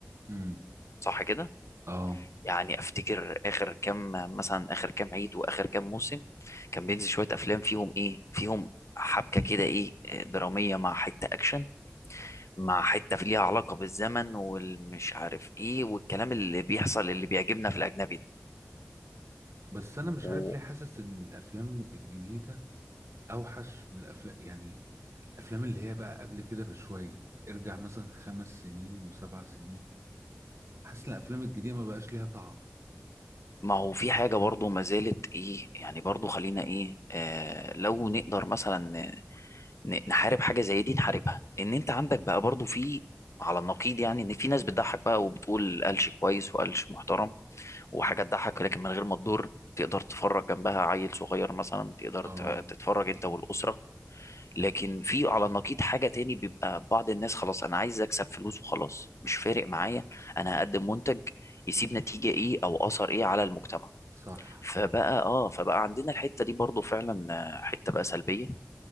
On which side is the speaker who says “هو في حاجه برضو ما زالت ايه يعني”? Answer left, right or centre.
Left